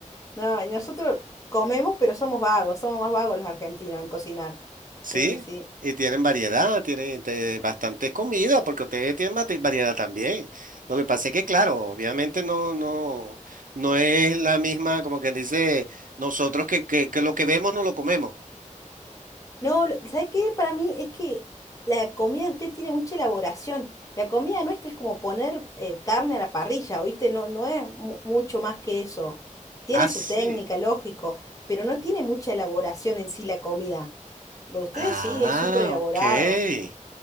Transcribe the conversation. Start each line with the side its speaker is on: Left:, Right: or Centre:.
Left: No, y nosotros comemos, pero somos vagos, somos más vagos los argentinos en cocinar.
Right: <laughs>
Left: Sí,
Right: Sí,
Left: sí.
Right: y tienen variedad, tienen este, bastantes comidas, porque ustedes tienen bate- variedad también. Lo que pasa es que, claro, obviamente no, no, no es la misma, como quien dice, nosotros que, que, que lo que vemos no lo comemos.
Left: No, lo- ¿sabe qué? Para mí es que la comida de usted tiene mucha elaboración. La comida nuestra es como poner eh, carne a la parrilla, ¿viste? No, no es mu- mucho más que eso. Tiene
Right: Ah,
Left: su
Right: sí.
Left: técnica, lógico, pero no tiene mucha elaboración en sí la comida. Lo de ustedes
Right: Ah,
Left: sí es súper elaborado.
Right: ok.